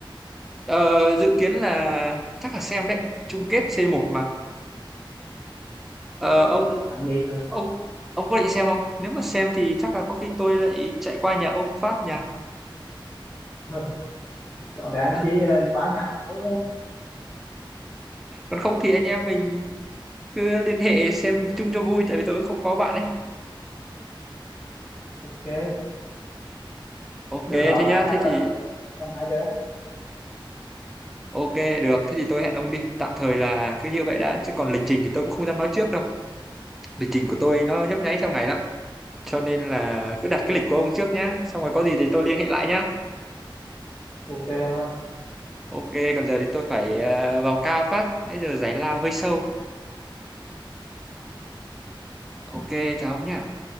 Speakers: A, in the centre; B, on the left.
A: ờ, dự kiến là chắc là xem đấy chung kết c một mà ờ, ông
B: thằng này
A: ông ông có định xem không nếu mà xem thì chắc là có khi tôi lại chạy qua nhà ông phát nhà
B: ờ, <laughs> có đáng
A: <laughs>
B: chỉ ờ, quá nhặng thôi á
A: còn không thì anh em mình cứ liên hệ xem chung cho vui tại vì tôi cũng không có bạn ấy
B: ok
A: ok
B: được
A: thế
B: rồi
A: nhá
B: đã chắc
A: thế
B: là
A: thì
B: tầm hai giờ
A: ok được thế thì tôi hẹn ông đi tạm thời là cứ như vậy đã chứ còn lịch trình thì tôi cũng không dám nói trước đâu lịch trình của tôi nó nhấp nháy theo ngày lắm cho nên là cứ đặt
B: ok
A: cái lịch của ông trước nhá xong rồi có gì thì tôi liên hệ lại nhá
B: ok không ạ
A: ok còn giờ thì tôi phải ờ, vào ca phát nãy giờ giải lao hơi sâu ok chào ông nhá